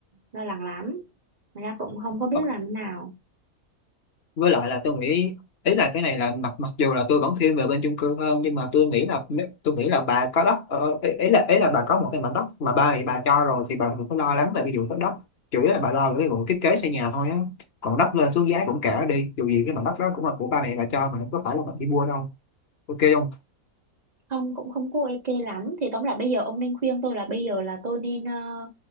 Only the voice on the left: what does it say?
Ờ,
với lại là tôi nghĩ ý là cái này là mặc mặc dù là tôi vẫn thiên về bên chung cư hơn nhưng mà tôi nghĩ là nếu- tôi nghĩ là bà có đất ờ, ý, ý là ý là bà có một cái mảnh đất mà ba thì bà cho rồi thì bà đừng có lo lắm về cái vụ đất đất chủ yếu là bà lo về cái vụ thiết kế xây nhà thôi á còn đất lên xuống giá cũng kệ nó đi dù gì cái mảnh đất đó cũng là của ba mẹ bà cho mà không có phải là bà đi mua đâu ok không